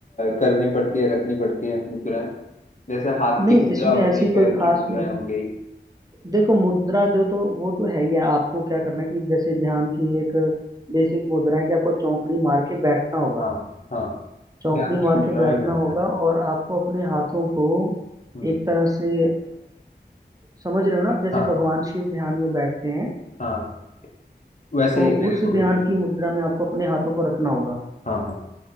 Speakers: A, on the left (about 40°); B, on the right (about 20°).
A: करनी पड़ती है रखनी पड़ती है मुद्राएं जैसे हाथ की
B: नहीं
A: मुद्रा
B: इसमें
A: हो
B: ऐसी
A: गई
B: कोई
A: पैर
B: खास
A: की मुद्राएं
B: मुद...
A: हो गई
B: देखो मुद्रा जो तो वो तो है ही है आपको क्या करना है कि जैसे ध्यान की एक बेसिक मुद्रा है कि आपको चौकड़ी मार के बैठना होगा
A: हाँ हाँ
B: चौकड़ी
A: ध्यान की
B: मार
A: मुद्रा
B: के बैठना
A: में बैठना
B: होगा
A: है
B: और आपको अपने हाथों को
A: हम्म
B: एक तरह से समझ रहे हो ना आप जैसे
A: हाँ
B: भगवान शिव ध्यान में बैठते हैं
A: हाँ वैसे
B: तो
A: ही मेरे
B: उस
A: को भी
B: ध्यान
A: बैठ
B: की मुद्रा में आपको अपने हाथों को रखना होगा
A: हाँ हाँ